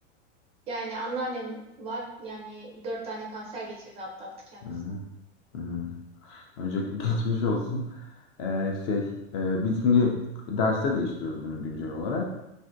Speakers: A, on the right; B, on the left.
A: Yani anneannem var. Yani dört tane kanser geçirdi atlattı kendisi.
B: Hı, hı. Öncelikle <laughs> geçmiş olsun. Ee, şey, e, biz şimdi derste değiştiriyoruz bunu güncel olarak.